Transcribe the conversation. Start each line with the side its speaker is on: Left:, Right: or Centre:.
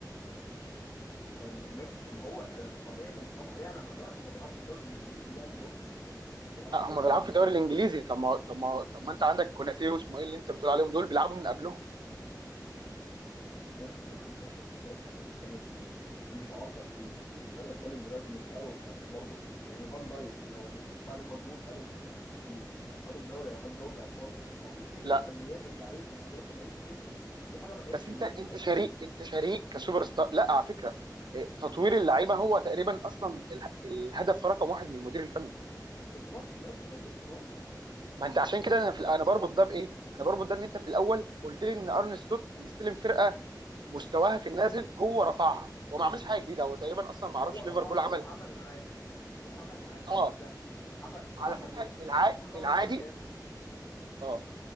Left: يعني ماشي طب ما هو آه، طبيعي ان مستواهم هيعلى مع الوقت هم بيلعبوا في الدوري الانجليزي يعني برضه مش بيلعبوا
Right: أه
Left: في الدوري
Right: هم بيلعبوا
Left: النمساوي
Right: في الدوري الانجليزي طب ما طب ما طب ما انت عندك كوناتير واسمه ايه اللي انت بتقول عليهم دول بيلعبوا من قبلهم
Left: ماشي انا ما عنديش ادنى مشكله في اللي انت بتتكلم فيه ومش عارضك فيه بس انا بتكلم دلوقتي ان في الاول وفي الاخر برضه يعني فان دايك لو مش في دفاع ليفربول بقالهم خمس ست سنين كان خد الدوري او خد دوري الابطال ما هو أكيد كده كده
Right: لا
Left: فنيات اللعيب وقدرات اللعيب بتفرق ودي حاجه ما تعيبش
Right: بس انت
Left: المدير
Right: انت
Left: الفني
Right: شريك انت شريك كسوبر ستار لا على فكره إيه، تطوير اللعيبه هو تقريبا اصلا اله- الهدف رقم واحد من المدير الفني
Left: بالظبط ماشي ما انا لسه بقول لك
Right: ما انت عشان كده انا في انا بربط ده بايه؟ انا بربط ده ان انت في الاول قلت لي ان ارن سلوت مستلم فرقه مستواها في النازل هو رفعها هو ما عملش حاجه جديده هو تقريبا اصلا
Left: مش
Right: ما اعرفش
Left: هو رفعها
Right: ليفربول عمل
Left: هو عمل العادي هو عمل العادي
Right: اه
Left: والسهل عمل عمل
Right: على فكره
Left: ايه حط
Right: الع...
Left: كل واحد
Right: العادي
Left: في مكانه م.
Right: اه